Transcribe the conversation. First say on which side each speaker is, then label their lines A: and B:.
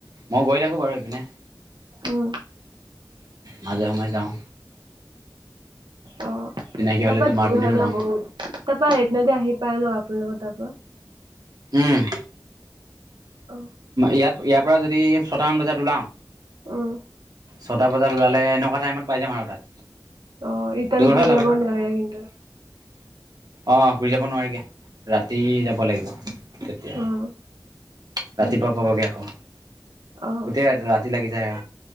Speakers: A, on the right (about 60°); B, on the right (about 85°).
A: মই গৈ থাকো বাৰু ইপিনে
B: উম
A: মাজে সময়ে যাওঁ
B: অ
A: চিনাকি হ'লে
B: তাপা
A: তোমাৰ
B: দূৰ
A: পিনেও
B: হয় ন
A: যাম
B: বহুত তাপা এদিনতে আহি পাই ন আপোনালোকৰ তাপা
A: উম
B: অ'।
A: ইয়াত ইয়াৰ পৰা যদি ছটামান বজাত ওলাও
B: উম,
A: ছটা বজাত ওলালে এনেকুৱা টাইমত পাই যাম আৰু তাত
B: অৰিটান
A: দূৰ
B: ঘূৰি
A: হয় অলপ
B: যাব নোৱাৰে কিন্তু
A: আহ ঘূৰি যাব নোৱাৰেগে ৰাতি যাব লাগিব তেতিয়া
B: অ',
A: ৰাতিপুৱা
B: উম,
A: পাবগে আকৌ
B: অ'।
A: গোটেই ৰাতি লাগি যায়